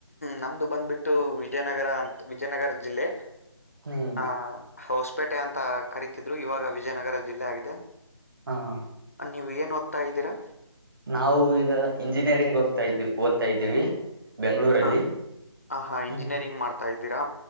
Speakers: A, on the left (about 30°); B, on the right (about 50°).
A: ನಮ್ದು ಬಂದ್ಬಿಟ್ಟು ವಿಜಯನಗರ ಅಂತ ವಿಜಯನಗರ ಜಿಲ್ಲೆ
B: ಹ್ಮ್
A: ಹ ಹೊಸಪೇಟೆ ಅಂತ ಕರಿತಿದ್ರು ಇವಾಗ ವಿಜಯನಗರ ಜಿಲ್ಲೆ ಆಗಿದೆ
B: ಹ
A: ನೀವು ಏನ್ ಓದ್ತಾ ಇದ್ದೀರಾ
B: ನಾವು ಈಗ ಇಂಜಿನಿಯರಿಂಗ್ ಹೋಗ್ತಾ ಇದ್ವಿ ಓದ್ತಾ ಇದ್ದೀವಿ ಬೆಂಗಳೂರಲ್ಲಿ
A: ಹ ಹ ಹಾ
B: ಹ್ಮ್
A: ಇಂಜಿನಿಯರಿಂಗ್ ಮಾಡ್ತಾ ಇದ್ದೀರಾ